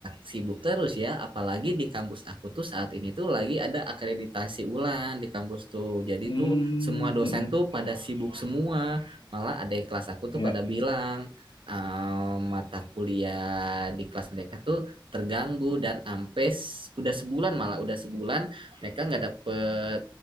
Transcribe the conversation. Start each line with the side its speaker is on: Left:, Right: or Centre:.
Right: sibuk terus ya, apalagi di kampus aku tuh saat ini tuh lagi ada akreditasi ulang di kampus tuh. Jadi
Left: Hmm.
Right: tuh semua dosen
Left: hmm,
Right: tuh pada sibuk semua. Malah ada kelas aku tuh
Left: Ya.
Right: pada bilang eh, mata kuliah di kelas mereka tuh terganggu dan ampes udah sebulan malah udah sebulan mereka nggak dapet